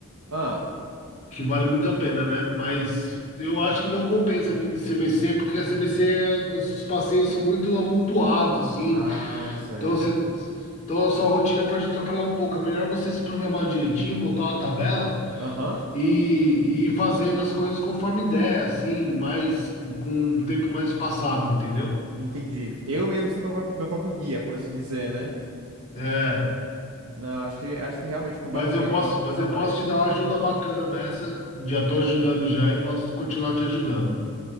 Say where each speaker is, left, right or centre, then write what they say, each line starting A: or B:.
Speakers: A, on the right; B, on the left.
A: Ah,
B: que vale muito a pena, né? Mas eu acho que não compensa vir de CVC, porque a CVC é- os passeios são muito amontoados assim.
A: ah, certo.
B: Então você então a sua rotina pode atrapalhar um pouco. É melhor você se programar direitinho, botar uma tabela
A: Aham,
B: e, e fazendo as coisas conforme ideia, assim, mais com um tempo mais passado, entendeu?
A: entendi. Eu mesmo ser meu, próprio- meu próprio guia, por assim dizer, né?
B: É,
A: Não, acho que, acho que realmente com-
B: mas
A: vai, compen-
B: eu posso,
A: vai compensar
B: mas eu
A: mais.
B: posso te dar uma ajuda bacana nessa. Já tô ajudando já e posso continuar te ajudando.